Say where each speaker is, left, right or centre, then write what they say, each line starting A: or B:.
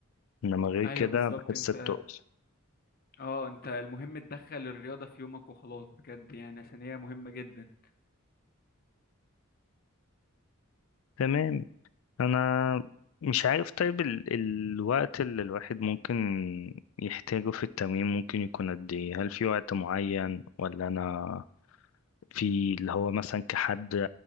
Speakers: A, on the left; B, on the left.
A: انما غير
B: ايوه
A: كده
B: بالظبط
A: بحس
B: انت
A: بتقل
B: اه انت المهم تدخل الرياضة في يومك وخلاص بجد يعني عشان هي مهمة جدا
A: تمام انا مش عارف طيب ال... الوقت اللي الواحد ممكن يحتاجه في التمرين ممكن يكون قد ايه هل في وقت معين ولا انا في اللي هو مثلا كحد